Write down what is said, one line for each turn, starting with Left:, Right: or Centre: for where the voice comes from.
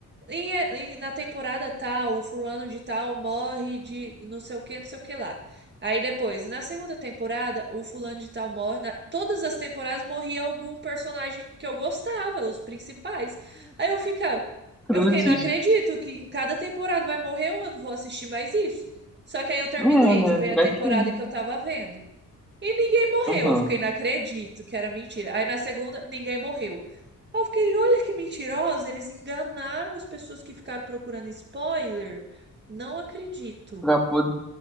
Right: E, e na temporada tal, o fulano de tal morre de não sei o que, não sei o que lá. Aí depois, na segunda temporada, o fulano de tal morre. na- Todas as temporadas morria algum personagem que eu gostava, os principais. Aí eu ficava,
Centre: Cruzes.
Right: eu fiquei, não acredito que em cada temporada vai morrer um, eu não vou assistir mais isso. Só que aí eu terminei
Centre: É, né?
Right: de ver
Centre: Pra
Right: a temporada
Centre: quê?
Right: que eu tava vendo. E ninguém morreu.
Centre: Uhum.
Right: Eu fiquei, não acredito que era mentira. Aí na segunda, ninguém morreu. Aí eu fiquei, olha que mentirosa, eles enganaram as pessoas que ficaram procurando spoiler. Não acredito.
Centre: Pra, pod-